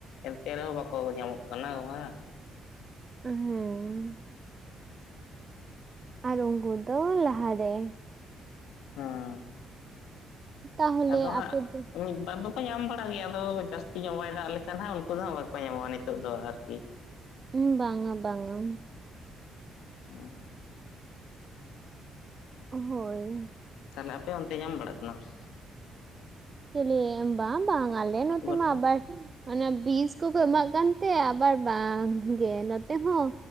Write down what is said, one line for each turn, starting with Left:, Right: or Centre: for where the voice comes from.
Left: ᱮᱱᱛᱮ ᱨᱮᱦᱚᱸ ᱵᱟᱠᱚ ᱧᱟᱢᱚᱜ ᱠᱟᱱᱟ ᱜᱚᱸᱜᱷᱟ
Right: ᱦᱮᱸ ᱟᱨ ᱩᱱᱠᱩ ᱫᱚ ᱞᱟᱦᱟᱨᱮ
Left: ᱦᱩᱸ
Right: ᱛᱟᱦᱚᱞᱮ
Left: ᱟᱫᱚ ᱦᱟᱸᱜ
Right: ᱟᱯᱮ ᱫᱚ
Left: ᱢᱤᱫ ᱵᱟᱨ ᱫᱚᱼᱼ ᱧᱟᱢ ᱵᱟᱲᱟᱜ ᱜᱮᱭᱟ ᱟᱫᱚ ᱡᱟᱹᱥᱛᱤ ᱧᱚᱜ ᱵᱟᱭ ᱫᱟᱜ ᱞᱮᱠᱷᱟᱱ ᱦᱟᱸᱜ ᱩᱱᱠᱩ ᱫᱚ ᱦᱟᱸᱜ ᱵᱟᱠᱚ ᱧᱟᱢᱚᱜᱼᱟ ᱱᱤᱛᱚᱜ ᱫᱚ ᱟᱨᱠᱤ
Right: ᱦᱩᱸ ᱵᱟᱝᱟ ᱵᱟᱝᱟ
Left: ᱦᱩᱸ
Right: ᱦᱳᱭ
Left: ᱛᱟᱦᱞᱮ ᱟᱯᱮ ᱚᱱᱛᱮ ᱧᱟᱢ ᱵᱟᱲᱟᱜ ᱠᱟᱱᱟ ᱥᱮᱼᱼ
Right: ᱪᱮᱞᱤ ᱵᱟᱝ ᱵᱟᱝ ᱟᱞᱮ
Left: ᱦᱟᱹᱠᱩ
Right: ᱱᱚᱛᱮ
Left: ᱠᱟᱴᱠᱚᱢ
Right: ᱢᱟ ᱵᱟᱨ ᱼᱼ ᱚᱱᱟ ᱵᱤᱥ ᱠᱚᱠᱚ ᱮᱢᱟᱜ ᱠᱟᱱᱛᱮ ᱟᱵᱟᱨ ᱵᱟᱝ ᱜᱮ ᱱᱚᱛᱮ ᱦᱚᱸᱼᱼ